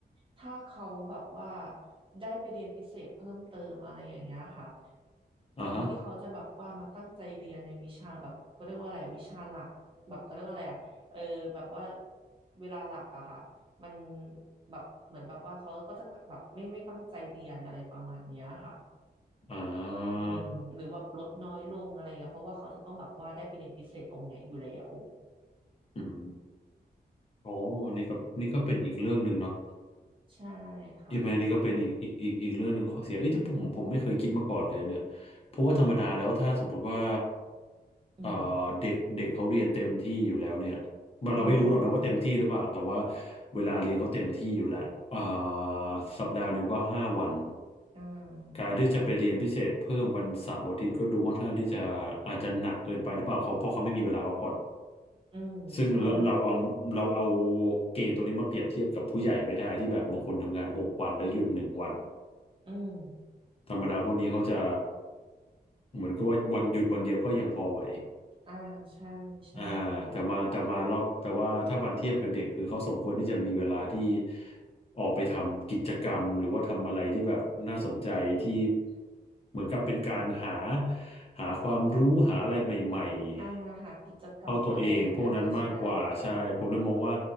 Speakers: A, on the right; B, on the left.
A: ถ้าเขาแบบว่าได้ไปเรียนพิเศษเพิ่มเติมอะไรอย่างเงี้ยค่ะ
B: อ่าฮะ
A: การที่เขาจะแบบว่ามาตั้งใจเรียนในวิชาแบบเขาเรียกว่าอะไรอะวิชาหลักแบบเขาเรียกว่าอะไรอะเออแบบว่าเวลาหลักอะค่ะมันแบบเหมือนแบบว่าเขาก็จะแบบไม่ไม่ตั้งใจเรียนอะไรประมาณเนี้ยค่ะ
B: อ่า
A: อืมหรือว่าลดน้อยลงอะไรอย่างเงี้ยเพราะว่าเขาจะต้องแบบว่าได้ไปเรียนพิเศษตรงเนี้ยอยู่แล้ว
B: อืมโอ้นี่ก็นี่ก็เป็นอีกเรื่องหนึ่งเนาะ
A: ใช่ค่ะ
B: อีกประเด็นนี้ก็เป็นอีกอีกอีกอีกเรื่องหนึ่งข้อเสียเอ้ยที่ผมผมไม่เคยคิดมาก่อนเลยเนี่ยเพราะว่าธรรมดาแล้วถ้าสมมติว่า
A: อืม
B: เอ่อเด็กเด็กเขาเรียนเต็มที่อยู่แล้วเนี่ยเราเราไม่รู้หรอกนะว่าเต็มที่หรือเปล่าแต่ว่า
A: อืม
B: เวลาเรียนเขาเต็มที่อยู่แล้วเอ่อสัปดาห์หนึ่งก็ห้าวัน
A: อ่า
B: การที่จะไปเรียนพิเศษเพิ่มวันเสาร์อาทิตย์ก็ดูค่อนข้างที่จะอาจจะหนักเกินไปหรือเปล่าเขาเพราะเขาไม่มีเวลาพักผ่อน
A: อืมใช่
B: ซึ่งเราเราเอาเราเอาเกณฑ์ตัวนี้มาเปรียบเทียบกับผู้ใหญ่ไม่ได้ที่แบบบางคนทำงานหกวันแล้วหยุดหนึ่งวัน
A: อืม
B: ธรรมดาพวกนี้เขาจะเหมือนกับว่าวันหยุดวันเดียวก็ยังพอไหว
A: อ่าใช่ใช่ค่ะ
B: อ่าแต่มาแต่มารอบแต่ว่าถ้าบันเทียบกับเด็กคือเขาสมควรที่จะมีเวลาที่ออกไปทำกิจกรรมหรือว่าทำอะไรที่แบบน่าสนใจที่เหมือนกับเป็นการหาหาความรู้หาอะไรใหม่
A: อ่าหากิจกรรมอะไรอย่างเงี้ยค่ะใช่
B: ๆเข้าตัวเองพวกนั้นมากกว่าใช่ผมเลยมองว่า